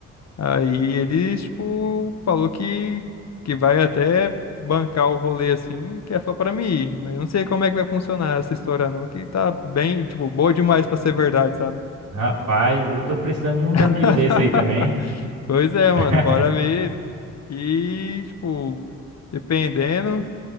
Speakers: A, on the left; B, on the right.
A: Aí ele, tipo, falou que, que vai até bancar o rolê assim, que é só pra mim ir. Mas eu não sei como é que vai funcionar essa história não, que tá bem, tipo, boa demais pra ser verdade, sabe?
B: Rapaz, eu tô precisando de uns amigos
A: <laughs>
B: desse aí também.
A: Pois é, mano,
B: <laughs>
A: bora ver. E, tipo, dependendo,